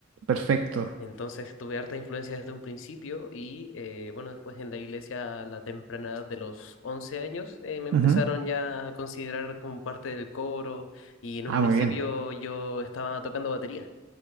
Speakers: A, on the right; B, on the left.
A: Perfecto.
B: Entonces tuve harta influencia desde un principio y eh, bueno, después en la iglesia a la temprana edad de los 11 años eh, me empezaron
A: Ujú.
B: ya a considerar como parte del coro y en
A: Ah,
B: un principio
A: muy bien.
B: yo estaba tocando batería.